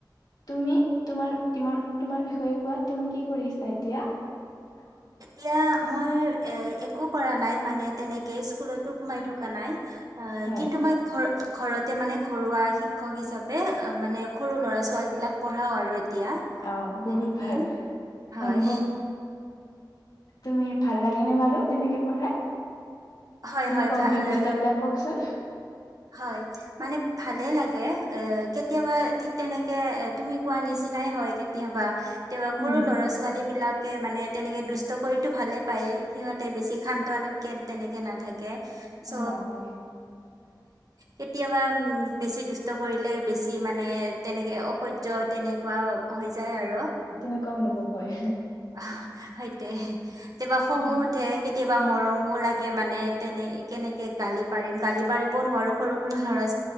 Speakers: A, on the left; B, on the right.
A: তুমি তোমাৰ তোমাৰ বিষয়ে কোৱা তুমি কি কৰি আছা এতিয়া। <unintelligible> <unintelligible>
B: এতিয়া মই এ একো কৰা নাই মানে তেনেকে স্কুলতো সোমাই থকা নাই। অ
A: হয়
B: কিন্তু মই ঘৰৰ। ঘৰতে মানে ঘৰুৱা শিক্ষক হিচাপে অ মানে সৰু ল'ৰা ছোৱালী বিলাক পঢ়াও আৰু। এতিয়া
A: অ বহুত
B: তেনেকে
A: ভাল
B: হয়
A: অনুভৱ। তুমি ভাল লাগে নে বাৰু তেনেকে পঢ়া।
B: হয়
A: তেনেকুৱা
B: হয় ভা
A: অভিজ্ঞতা বিলাক কওকচোন?
B: হয় মানে ভালে লাগে অ কেতিয়াবা ঠিক তেনেকে তুমি কোৱা নিচিনা,। নাই হয় কেতিয়াবা, কেতিয়াবা সৰু
A: উম
B: ল'ৰা ছোৱালী বিলাকে মানে,। তেনেকে দুষ্ট কৰিতো ভালে পায়, সিহঁতে বেছি শান্তন তেনেকে নাথাকে। চ
A: অ হয়
B: কেতিয়াবা বেছি দুস্ত। কৰিলে বেছি মানে তেনেকে অসহ্য তেনেকুৱা হৈ যায় আৰু।
A: এনেকুৱা অনুভৱ হয়।
B: আহ সেইটোৱে কেতিয়াবা খঙো
A: উম
B: উঠে কেতি। কেতিয়াবা মৰমো লাগে মানে তেনে কেনেকে গালি পাৰিম গালি পাৰিব নোৱাৰো। সৰু সৰু ল'ৰা।